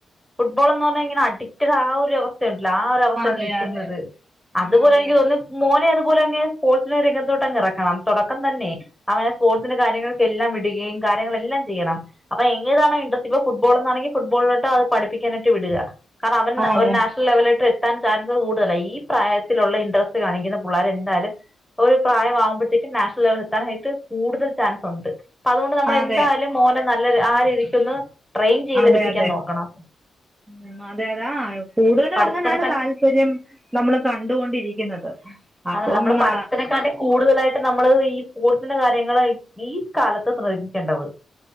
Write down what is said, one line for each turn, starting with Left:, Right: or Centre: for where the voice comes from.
Centre: ഫുട്ബോൾ ന്ന് പർഞ്ഞാ ഇങ്ങനെ അഡിക്റ്റഡ ആ ഒരു അവസ്ഥയുണ്ടല്ലോ ആ ഒരവസ്ഥേലാ
Right: അതെ
Centre: നിക്കുന്നത്
Right: അതെ
Centre: അതുപോലെ
Right: അതെ
Centre: എനിക്ക്
Right: അതെ
Centre: തോന്നുന്നു മോനെ അതുപോലെന്നെ സ്പോർട്സിനെ രംഗത്തോട്ടങ്ങെറക്കണം തൊടക്കം തന്നെ അവനെ സ്പോർട്സിന്റെ കാര്യങ്ങൾക്കെല്ലാം വിടുകയും കാര്യങ്ങളെല്ലാം ചെയ്യണം അപ്പൊ എങ്ങീതാണോ ഇൻഡ്രസ്റ്റ് ഇപ്പ ഫുട്ബോൾന്നാണെങ്കി ഫുട്ബോളിലോട്ട് അത് പഠിപ്പിക്കാനായിട്ട് വിടുക കാരണം അവൻ
Right: അതെ
Centre: ഒരു നാഷ് ലെവലോട്ടെത്താൻ ചാൻസ് കൂടുതല ഈ പ്രായത്തിലുള്ള ഇൻട്രസ്റ്റ് കാണിക്കുന്ന പുള്ളാരെന്താലും ഒരു പ്രായാവുമ്പഴത്തേക്കും നാഷണൽ ലെവലെത്താനായിട്ട് കൂടുതൽ ചാൻസുണ്ട് അപ്പ അതോണ്ട് നമ്മളെന്തായാലും
Right: അതെ
Centre: മോനെ നല്ല ആ രീതിക്കൊന്ന് ട്രെയിൻ ചെയ്തെടുപ്പിക്കാൻ
Right: അതെ അതെ
Centre: നോക്കണം
Right: ഉം അതെ അതെ ആ കൂടുതലും
Centre: പഠിത്തത്തിനെക്കാളും
Right: അങ്ങനാണ് താല്പര്യം നമ്മള് കണ്ടുകൊണ്ടിരിക്കുന്നത് അപ്പം
Centre: അതെ നമ്മള്
Right: ന
Centre: പഠിത്തത്തിനെക്കാട്ടി കൂടുതലായിട്ട് നമ്മള് ഈ സ്പോർട്സിന്റെ കാര്യങ്ങള് ഈ കാലത്ത് ശ്രമിക്കണ്ടത്